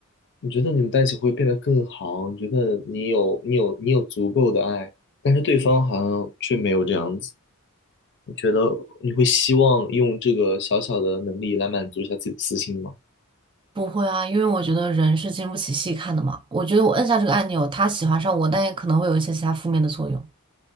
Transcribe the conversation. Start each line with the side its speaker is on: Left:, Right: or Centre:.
Left: 你觉得你们在一起会变得更好，你觉得你有你有你有足够的爱，但是对方好像却没有这样子，你觉得你会希望用这个小小的能力来满足一下自己的私心吗？
Right: 不会啊，因为我觉得人是经不起细看的嘛。我觉得我摁下这个按钮，他喜欢上我，但也可能会有一些其他负面的作用。